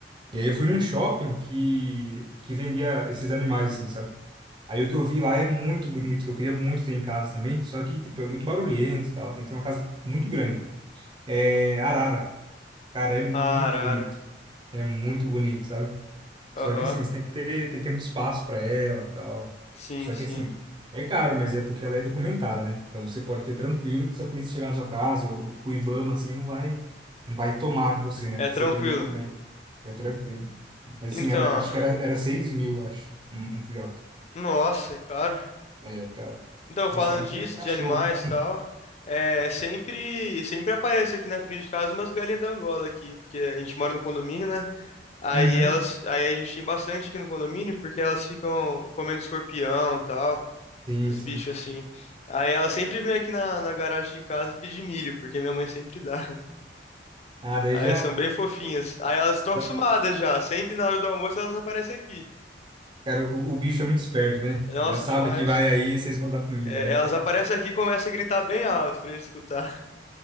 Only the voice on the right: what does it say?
E aí eu fui num shopping que, que vendia esses animais, assim, sabe? Aí o que eu vi lá é muito bonito, que eu queria muito ter em casa também, só que, tipo, é muito barulhento e tal, tem que ser uma casa muito grande. É arara. Cara, é muito
bonito. É muito bonito, sabe? Só
que assim, você tem que ter, tem que ter muito espaço para ela, tal.
Só
que assim, é caro, mas é porque ela é documentada, né? Então você pode ter tranquilo que se a polícia chegar na sua casa, ou tipo o IBAMA assim, não vai não vai tomar de você, né?
Porque
você tem o documento. É tranquilo. Mas
assim, era, acho que era, era 6 mil, acho, um, um filhote.
É caro.
Mais
caro
que cachorro.
Uhum.
Sim,
sim.
Ah, daí
já.
da-
Cara, o, o bicho é muito esperto, né?
Já sabe
que vai aí, vocês vão dar comida,
né?